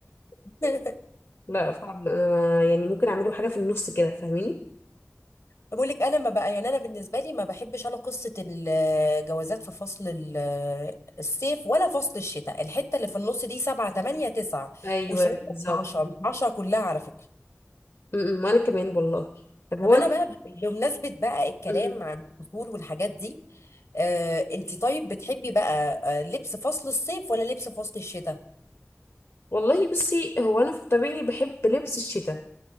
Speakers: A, on the left; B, on the left.
A: <laughs>
B: <laughs> لا فعلا أنا يعني ممكن اعمله حاجة في النص كده فاهميني
A: بقول لك انا ما بقى يعني انا بالنسبه لي ما بحبش انا قصه الجوازات في فصل ال- الصيف ولا فصل الشتاء الحته اللي في النص دي 7 8 9
B: ايوه
A: وشويه
B: بالظبط
A: 12 10 كلها على فكره
B: م- م، وانا كمان والله طب هو
A: طب انا
B: انت
A: بقى بمناسبه بقى الكلام
B: م-
A: عن الفصول والحاجات دي آه انت طيب بتحبي بقى آه لبس فصل الصيف ولا لبس فصل الشتاء
B: والله بصي هو انا في الطبيعي بحب لبس الشتاء